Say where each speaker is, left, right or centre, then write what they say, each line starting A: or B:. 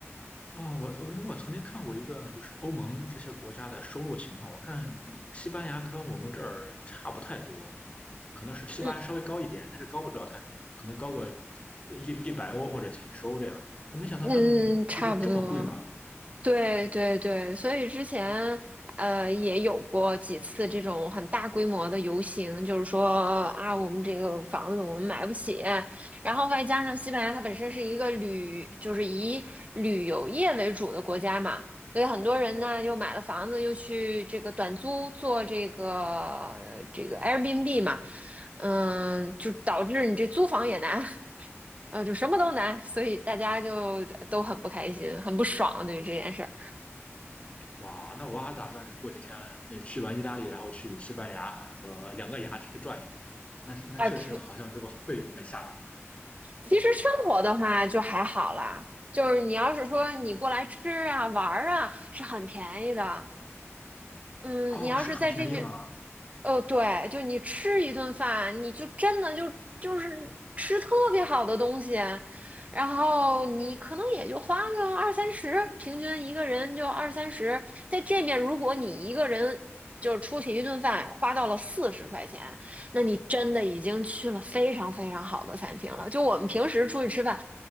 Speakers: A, on the left (about 25°); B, on the right (about 30°).
A: 啊，我因为我曾经看过一个，就是欧盟这些国家的收入情况，我看，嗯，西班牙跟我们这儿差不太多，可能是西班牙稍微高一点，
B: 嗯
A: 但是高不了太多，可能高个一一百欧或者几十欧这样的。我没想到他们这边这么贵吗？
B: 嗯，差不多，对对对，所以之前呃也有过几次这种很大规模的游行，就是说啊，我们这个房子我们买不起，然后外加上西班牙它本身是一个旅，就是以旅游业为主的国家嘛，所以很多人呢又买了房子，又去这个短租做这个这个 Airbnb 嘛，嗯，就导致你这租房也难，呃，就什么都难，所以大家就都很不开心，很不爽对于这件事儿。
A: 哇，那我还打算过几天呃去完意大利，然后去西班牙和两个牙去转一转。那那确实好像这个费用很吓人呀。
B: 啊，可其实生活的话就还好啦，就是你要是说你过来吃啊、玩儿啊，是很便宜的。嗯，
A: 哦，
B: 你要是在这面，
A: 是很便宜吗？
B: 哦，对，就你吃一顿饭，你就真的就就是吃特别好的东西，然后你可能也就花个二三十，平均一个人就二三十。在这面，如果你一个人就是出去一顿饭花到了四十块钱，那你真的已经去了非常非常好的餐厅了。就我们平时出去吃饭，